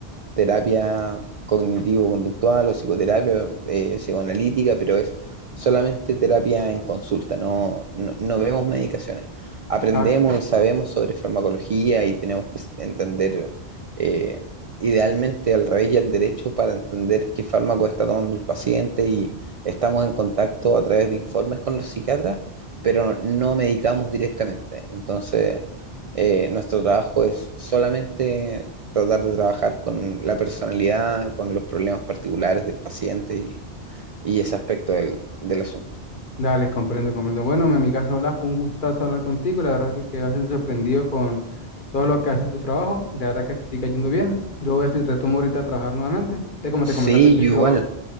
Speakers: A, on the right; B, on the left.
A: terapia cognitivo-conductual o psicoterapia eh, psicoanalítica, pero es solamente terapia en consulta, no, no, no vemos medicaciones. Aprendemos
B: Ah,
A: y sabemos sobre farmacología y tenemos que entender eh, idealmente al revés y al derecho para entender qué fármaco está tomando el paciente y estamos en contacto a través de informes con los psiquiatras, pero no medicamos directamente. Entonces, eh, nuestro trabajo es solamente tratar de trabajar con la personalidad, con los problemas particulares del paciente y, y ese aspecto del, del asunto.
B: Dale, comprendo, comprendo. Bueno, mi amigazo, hola, fue un gustazo hablar contigo. La verdad que quedé bastante sorprendido con todo lo que haces en tu trabajo y la verdad que te sigue yendo bien. Yo voy a ver si retomo ahorita a trabajar nuevamente. Sé como
A: Sí,
B: te comenté al principio,
A: yo igual,